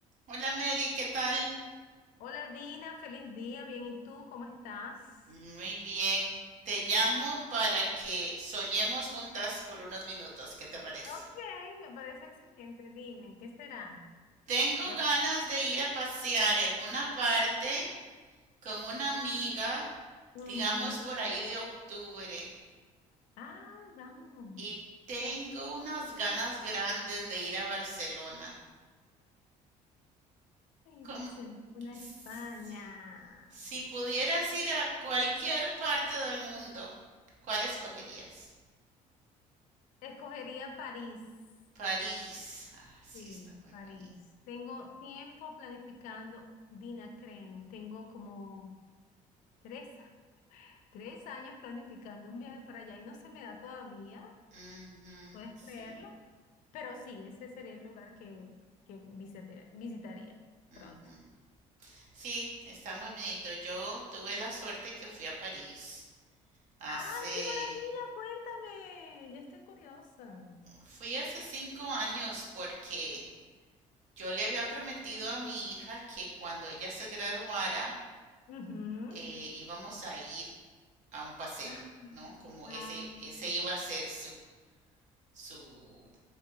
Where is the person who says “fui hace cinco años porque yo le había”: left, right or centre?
Right